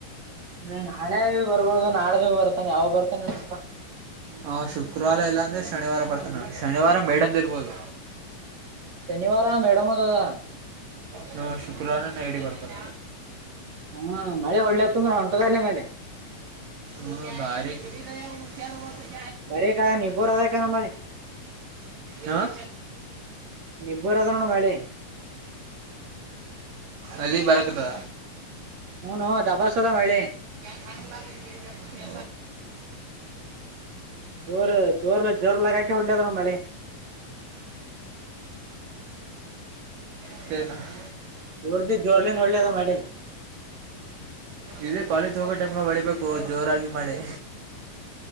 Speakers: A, on the right; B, on the right.
A: ಹ್ಮ ನಾಳೆ ಬರ್ಬೋದು ನಾಡ್ದ ಬರ್ತಾನ ಯಾವಾಗ ಬರ್ತಾನನ್ಪ
B: ಅವ ಶುಕ್ರವಾರ ಇಲ್ಲಾ ಅಂದ್ರೆ ಶನಿವಾರ ಬರ್ತನಾ ಶನಿವಾರ ಮೇಡಮ್ದ್ ಇರ್ಬೋದು
A: ಶನಿವಾರಾ ಮೇಡಮಂದದಾ
B: ಹೂಂ ಶುಕ್ರವಾರನೆ ಐಡಿ ಬರ್ತದ
A: <unintelligible>
B: ಹ್ಞೂ ಭಾರಿ <unintelligible>
A: <unintelligible>
B: ಹಾಂ
A: ನಿಬ್ಬೂರದ ನೋಡ್ ಮಳೀ
B: ಅಲ್ಲಿ ಬರಾಕತ್ತದ
A: ಹೂನೋ ದಬಾಸೆದ ಮಳಿ
B: <unintelligible> ಟ ಇ
A: ಜೋರ್ ಜೋರ್ ಜೋರ್ ಲಗಾಕೆ ಹೊಡ್ಲದ ನೋಡ್ ಮಳಿ
B: <inaudible> ತನು <inaudible>
A: ಜೋರ ಜೋರ್ಲಿನ ಒಳ್ಳೆಯಾಗ ಮಾಡ
B: ಇದೇ ಕಾಲೇಜ್ ಹೋಗೋ ಟೈಮ್ಗೆ ಹೊಳಬೇಕು ಜೋರಾಗಿ ಮಳೆ